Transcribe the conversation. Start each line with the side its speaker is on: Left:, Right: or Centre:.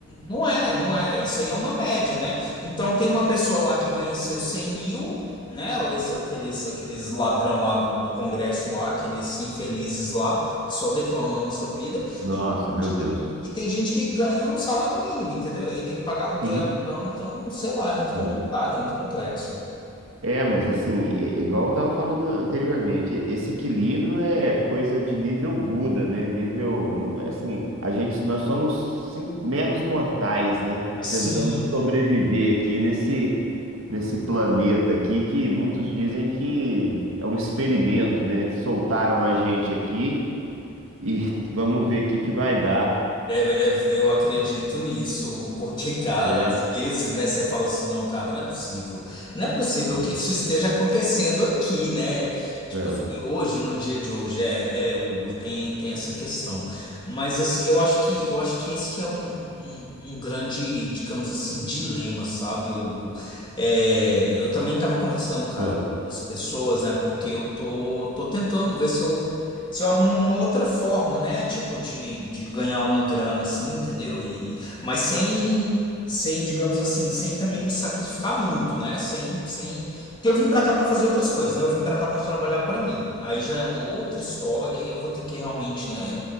Left: Não é, não é. Isso aí é uma média, né? Então tem uma pessoa lá que ganha seus 100 mil, né? Ou esse, aqueles, aqueles ladrão lá do, do Congresso lá, aqueles infelizes lá, que só detonam a nossa vida.
Right: Nossa,
Left: E, tem
Right: meu
Left: gente
Right: Deus.
Left: que- e tem gente que ganha um salário mínimo, entendeu? Aí tem que pagar aluguel,
Right: Sim.
Left: então, então, sei lá, é muito complicado,
Right: É,
Left: é muito complexo.
Right: É, mas assim, é- é igual eu tava falando anteriormente, e- esse equilíbrio é coisa de nível Buda, né? Nível, não- é, assim, a gente, nós somos sim- meros mortais, né?
Left: Assim.
Right: Tentando sobreviver aqui nesse, nesse planeta aqui que muitos dizem que é um experimento, né? Soltaram a gente aqui e <laughs> vamos ver o que que vai dar,
Left: É, é, eu acredito nisso, Hugo, porque, <laughs> cara,
Right: né?
Left: às vezes, né, você fala assim, não, cara, não é possível. Não é possível
Right: É.
Left: que isso esteja acontecendo aqui, né? Tipo
Right: É.
Left: assim, hoje, no dia de hoje, é, é, Hugo, tem, tem essa questão. Mas assim, eu acho que eu acho que esse que é um, um, um grande, digamos assim, dilema, sabe, Hugo? É, eu também estava conversando, cara,
Right: Ah,
Left: com as pessoas, né? Porque eu tô, tô tentando ver se eu se eu arrumo uma outra forma, né? Tipo, de, de ganhar uma grana, assim, entendeu? E, e- mas sem, sem, digamos assim, sem também me sacrificar muito, né? Sem, sem... Porque eu vim pra cá pra fazer outras coisas, né? Eu vim pra cá pra trabalhar pra mim. Aí já é uma outra história e eu vou ter que realmente, né,